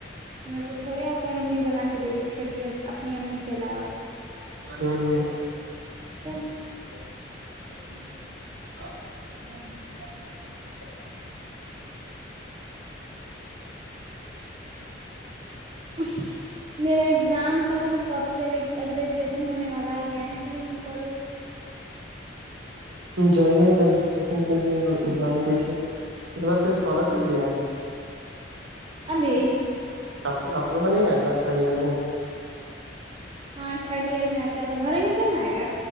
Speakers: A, on the right (about 30°); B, on the right (about 80°).
A: نہ تو تھوڑے آ کوئی امی بنا کے دے گے چھوٹی اپنی امی کے علاوہ
B: ہوں ہوں۔
A: تب
B: <unintelligible>
A: اس میرا ایگزام پتا ن کب سے ابھی ابھی رجسٹریشن ہونے والا ہے گ بھی نہیں کالج
B: جائیے رجسٹریشن کیجیے ایگزام دیجے اس بار تو اسکالر
A: ہاں
B: شپ بھی آئے گا
A: ابھی
B: آپ آپ لگ کو نہیں آئے گا تھرڈ ایئر میں
A: ہاں تھرڈ ایئر میں آتا ہے تو بھریں گے تب ن آئے گا